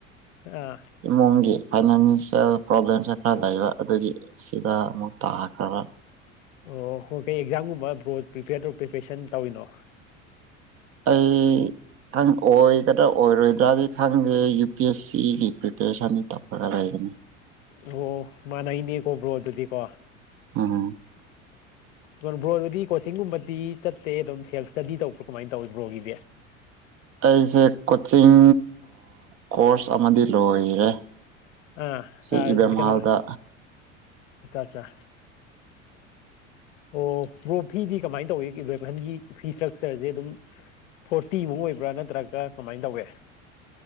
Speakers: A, on the left; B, on the right.
A: ꯑꯥ
B: ꯏꯃꯨꯡꯒꯤ ꯐꯥꯏꯅꯥꯟꯁꯤꯌꯦꯜ ꯄ꯭ꯔꯣꯕ꯭ꯂꯦꯝꯁꯦ ꯈꯔ ꯂꯩꯕ ꯑꯗꯨꯒꯤ ꯁꯤꯗ ꯑꯃꯨꯛ ꯇꯥꯈ꯭ꯔꯕ
A: ꯑꯣ ꯍꯣꯏ ꯀꯩ ꯑꯦꯛꯖꯥꯝꯒꯨꯝꯕ ꯕ꯭ꯔꯣ ꯄꯔꯤꯄꯤꯔ ꯇ ꯄ꯭ꯔꯤꯄꯦꯔꯦꯁꯟ ꯇꯧꯔꯤꯅꯣ
B: ꯑꯩ ꯑꯣꯏꯒꯗ꯭ꯔꯥ ꯑꯣꯏꯔꯣꯏꯗ꯭ꯔꯗꯤ ꯈꯪꯗꯦ ꯌꯨ ꯄꯤ ꯑꯦꯁ ꯁꯤꯒꯤ ꯄ꯭ꯔꯤꯄꯦꯔꯦꯁꯟꯗꯤ ꯇꯧꯔꯒ ꯂꯩꯕꯅꯤ
A: ꯑꯣ ꯃꯥꯟꯅꯩꯅꯦ ꯀꯣ ꯕ꯭ꯔꯣ ꯑꯗꯨꯗꯤꯀꯣ
B: ꯎꯝ
A: ꯑꯣ ꯕ꯭ꯔꯣ ꯑꯗꯨꯗꯤ ꯀꯣꯆꯤꯡꯒꯨꯝꯕꯗꯤ ꯆꯠꯇꯦ ꯑꯗꯨꯝ ꯁꯦꯜ ꯏꯁꯇꯗꯤ ꯇꯧꯕ꯭ꯔꯥ ꯀꯃꯥꯏꯅ ꯇꯧꯋꯤ ꯕ꯭ꯔꯣꯒꯤꯗꯤ
B: ꯑꯩꯁꯦ ꯀꯣꯆꯤꯡ ꯀꯣꯔꯁ ꯑꯃꯗꯤ ꯂꯣꯏꯔꯦ
A: ꯑ
B: ꯁꯤ
A: ꯀꯥꯢ
B: ꯏꯕꯦꯝ
A: ꯑꯆꯥ
B: ꯍꯜꯗ
A: ꯑꯆꯥ ꯑꯣ ꯕ꯭ꯔꯣ ꯐꯤꯗꯤ ꯀꯃꯥꯏꯅ ꯇꯧꯋꯤ ꯏꯚꯦꯝꯍꯜꯒꯤ ꯐꯤ ꯏꯁꯇ꯭ꯔꯛꯆ꯭ꯔꯁꯦ ꯑꯗꯨꯝ ꯐꯣꯔꯇꯤꯃꯨꯛ ꯑꯣꯏꯕ꯭ꯔꯥ ꯅꯠꯇ꯭ꯔꯒ ꯀꯃꯥꯏꯅ ꯇꯧꯋꯦ